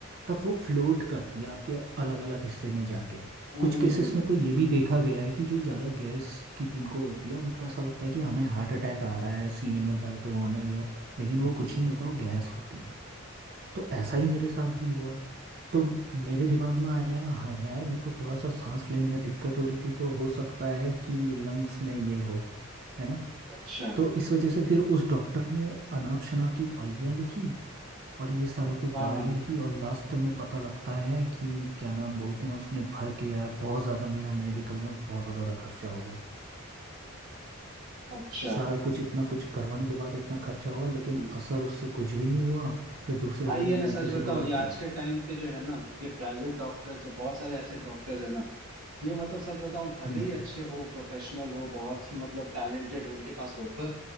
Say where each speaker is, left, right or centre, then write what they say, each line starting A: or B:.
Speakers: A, on the right; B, on the right.
A: तब वो फ्लोट करती है आपके अलग अलग हिस्से में जाके
B: हम्म
A: कुछ
B: हम्म,
A: केसेस
B: हम्म।
A: में तो ये भी देखा गया है कि जो ज़्यादा गैस की जिनको होती है उनको ऐसा लगता है कि हमें हार्ट अटैक आ रहा है सीने में दर्द होना ही हो लेकिन वो कुछ नहीं होता वो गैस होती है तो ऐसा ही मेरे साथ भी हुआ तो मेरे दिमाग में आया हाँ यार मेरे को थोड़ा सा सांस लेने में दिक्कत हो रही थी तो हो सकता है कि लंग्स में ये हो है ना
B: अच्छा
A: तो इस वजह से फिर उस डॉक्टर ने अनाप शनाप की दवाइयाँ लिखी और ये सारा कुछ
B: हाँ
A: दवाई
B: हाँ
A: लिखी और लास्ट में पता लगता है कि क्या नाम बोलते हैं उसने भर के यार बहुत ज़्यादा मेरा मेडिकल में बहुत ज़्यादा खर्चा हो गया
B: अच्छा
A: सारा कुछ इतना कुछ करवाने के बाद इतना खर्चा हुआ लेकिन
B: हम्म
A: असर उससे कुछ भी नहीं हुआ फिर दूसरे
B: भाई
A: दिन
B: ये
A: मैं
B: मैं सच
A: किसी
B: बताऊं
A: गौर
B: ये आज के टाइम पे जो है ना ये प्राइवेट डॉक्टर्स या बहुत सारे ऐसे डॉक्टर्स है ना ये मतलब सच बताऊं भले
A: हम्म
B: ही अच्छे हो प्रोफेशनल हो बहुत ही मतलब टैलेंटेड हो उनके पास हो पर